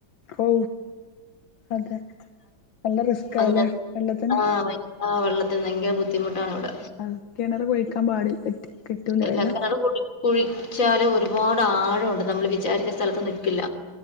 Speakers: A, on the left; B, on the left.
A: ഔ അതെ നല്ല റിസ്കാല്ലേ
B: അങ്ങനെ
A: വെള്ളത്തിന്
B: ആഹ് ഭയ ആഹ് വെള്ളത്തിന് ഭയങ്കര ബുദ്ധിമുട്ടാണിവിടെ
A: അഹ് കെണറ്കുഴിക്കാൻ പാടി പറ്റി കിട്ടൂല
B: ഇല്ല
A: വെള്ളം
B: കെണറ് കുഴി കുഴിച്ചാല് ഒരുപാട് ആഴണ്ട് നമ്മള് വിചാരിച്ച സ്ഥലത്ത് നിക്കില്ല